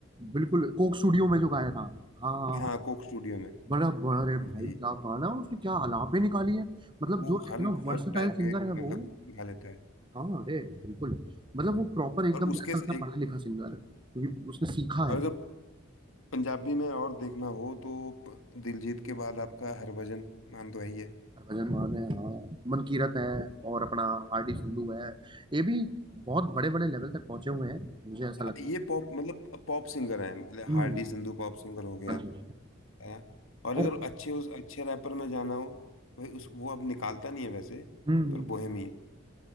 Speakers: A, on the right; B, on the left.
A: बिल्कुल कोक स्टूडियो में जो गाया था हाँ
B: हाँ कोक स्टूडियो में
A: बड़ा बड़ा रे
B: भाई
A: भाई क्या गाना है उसकी क्या अलापे निकाली है मतलब
B: वो
A: जो
B: हर
A: इतना
B: हर
A: वर्सेटाइल
B: टाइप के
A: सिंगर है
B: मतलब
A: वो
B: गा लेता है
A: हाँ अरे बिल्कुल मतलब वो प्रॉपर एकदम
B: और उसके
A: ऐसा
B: से
A: लगता है
B: एक
A: पढ़ा लिखा सिंगर है क्योंकि उसने सीखा
B: और
A: है
B: अगर पंजाबी में और देखना हो तो प- दिलजीत के बाद आपका हरभजन मान तो है ही है
A: भजन मान है हाँ मनकीरत है और अपना हार्डी संधू है ये भी बहुत बड़े बड़े लेवल तक पहुंचे हुए हैं मुझे ऐसा लगता
B: ये
A: है
B: पॉप मतलब पॉप सिंगर है
A: हम्म
B: हार्डी संधू पॉप सिंगर हो गया
A: हाँ जी।
B: है ना और
A: और
B: अगर अच्छे उस अच्छे रैपर में जाना हो भाई उस वो अब निकालता नहीं है वैसे
A: हम्म
B: पर बोहेमिया